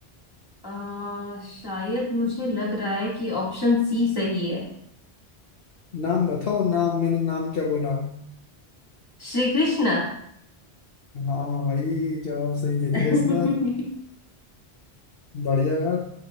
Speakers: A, on the left; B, on the left.
A: अ, शायद मुझे लग रहा है कि ऑप्शन सी सही है
B: नाम बताओ नाम मैंने नाम क्या बोला
A: श्री कृष्ण
B: हाँ भाई जवाब सही दे
A: <laughs>
B: दिया इस बार बढ़िया यार